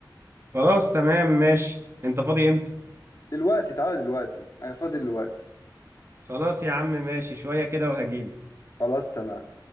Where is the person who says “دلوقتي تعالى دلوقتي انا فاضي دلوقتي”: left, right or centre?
Left